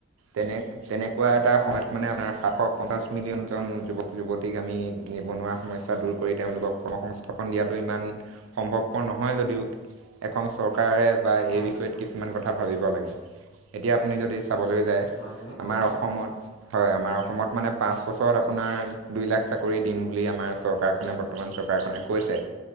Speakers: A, on the right (about 90°); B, on the left (about 70°).
A: তেনে তেনেকুৱা এটা
B: হয়
A: সময়ত মানে আপোনাৰ সাতশ পঞ্চাছ এক মিলিয়নজন যুৱক -যুৱতীক আমি নিবনুৱা সমস্যা দূৰ কৰি তেওঁলোকক কৰ্ম সংস্থাপন দিয়াটো ইমান সম্ভৱপৰ নহয়। যদিও এখন চৰকাৰে বা
B: হয়
A: এই বিষয়ত কিছুমান কথা ভাবিব লাগে। এতিয়া আপুনি যদি চাবলৈ যায়
B: হয় যেনে কওকচোন
A: আমাৰ
B: আপুনি
A: অসমত হয় আমাৰ অসমত মানে পাঁচ, বছৰত আপোনাৰ দুই লাখ, চাকৰি দিম বুলি আমাৰ চৰকাৰখনে বৰ্তমান চৰকাৰখনে কৈছে।